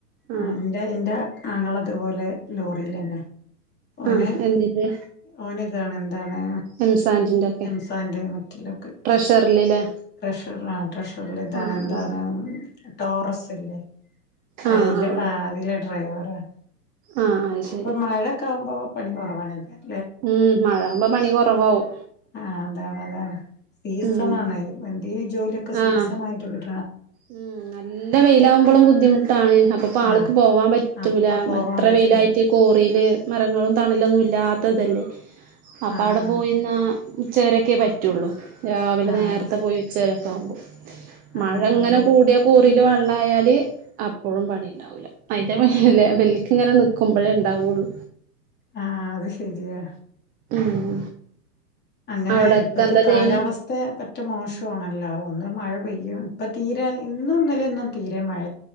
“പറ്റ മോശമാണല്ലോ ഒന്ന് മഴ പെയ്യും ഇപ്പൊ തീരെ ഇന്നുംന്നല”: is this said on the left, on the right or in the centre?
Left